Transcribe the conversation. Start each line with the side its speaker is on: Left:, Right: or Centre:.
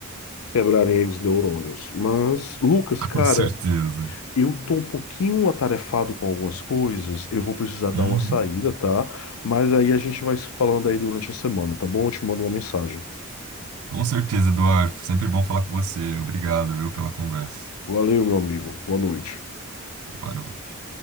Left: quebrarem aí os neurônios. Mas, Lucas,
Right: <laughs>
Left: cara,
Right: com certeza.
Left: Eu tô um pouquinho atarefado com algumas coisas, eu vou precisar dar
Right: Uhum.
Left: uma saída, tá? Mas aí a gente vai se falando aí durante a semana, tá bom? Eu te mando uma mensagem.
Right: Com certeza, Eduardo. Sempre bom falar com você. Obrigado, viu, pela conversa.
Left: Valeu, meu amigo. Boa noite.
Right: Boa noite.